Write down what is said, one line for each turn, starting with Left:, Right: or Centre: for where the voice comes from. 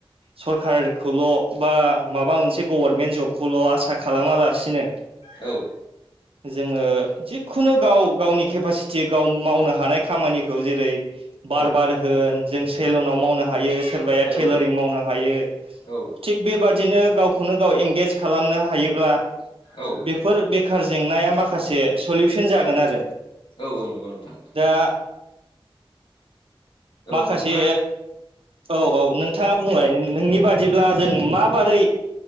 Right: सरखारखौल' बा माबा मोनसे गभारनमेन्ट जबखौल' आसा खालामालासिनो
Left: औ।
Right: जोङो जिखुनु गाव गावनि केपासिटि गाव मावनो हानाय खामानिखौ जेरै बार
Left: औ
Right: बार होन जों सेलुनाव मावनो हायो सोरबाया
Left: औ
Right: टेलरिं मावनो हायो
Left: औ
Right: थिग बेबादिनो गावखौनो गाव एंगेज खालामनो हायोब्ला
Left: औ
Right: बेफोर बेखार जेंनाया माखासे सलुसन जागोन आरो
Left: औ औ नंगौ नोंथां।
Right: दा
Left: औ
Right: माखासे
Left: नोंथाङा
Right: औ औ नोंथाङा। बुंलाय नोंनि बादिब्ला जों माबारै